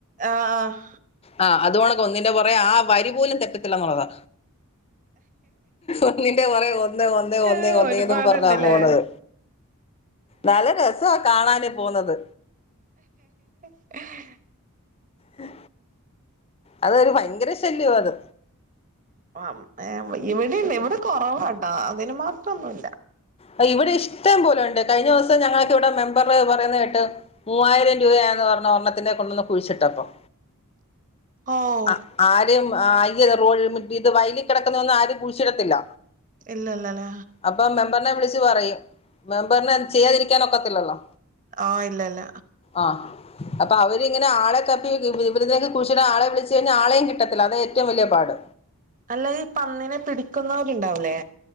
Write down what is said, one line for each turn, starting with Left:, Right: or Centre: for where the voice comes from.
Right: ആഹ് ആഹ്
Left: ആഹ് അതു കണക്ക് ഒന്നിന്റെ പൊറകെ ആ വരി പോലും തെറ്റത്തില്ലന്നുള്ളതാ ഒന്നിന്റെ പൊറകെ ഒന്ന് ഒന്ന് ഒന്ന്
Right: ആ
Left: ഒന്നേന്നും
Right: ഒരുപാടുണ്ടല്ലേ
Left: പറഞ്ഞാ പോണത് നല്ല രസവാ കാണാന് പോകുന്നത്
Right: ആഹ
Left: ഉം അതൊരു ഭയങ്കര ശല്യവ അത്
Right: ആഹ് ഇവിടെണ്ട് ഇവിടെ കൊറവാട്ടോ അതിനും മാത്രം ഒന്നുല്ല
Left: ആ ഇവിടെ ഇഷ്ട്ടം പോലെയുണ്ട് കഴിഞ്ഞ ദിവസം ഞങ്ങക്ക് ഇവടെ മെമ്പറ് പറയുന്ന കേട്ടു മൂവായിരം രൂപയാന്ന് പറഞ്ഞു ഒരണ്ണത്തിനെ കൊണ്ടന്ന് കുഴിച്ചിട്ടപ്പം
Right: ഓഹോ
Left: ആ ആരും <unintelligible> ഇത് വയലി കെടക്കുന്ന ഒന്നും ആരും കുയിച്ചിടത്തില്ല
Right: ഇല്ല ല്ലല്ലേ?
Left: അപ്പം മെമ്പറിനെ വിളിച്ച് പറയും മെമ്പറിന് അത് ചെയ്യാതിരിക്കാനൊക്കത്തില്ലല്ലോ
Right: ആഹ് ഇല്ല ഇല്ല
Left: ആഹ് അപ്പൊ അവരിങ്ങനെ ആളെ തപ്പി ഇതിനെയെക്കെ കൂയിച്ചിടാൻ ആളെ വിളിച്ചഴിഞ്ഞാ ആളെയും കിട്ടത്തില്ല അതാ ഏറ്റവും വല്യ പാട്
Right: അല്ല ഈ പന്നിനെ പിടിക്ക്ന്നോല് ഇണ്ടാവുലേ?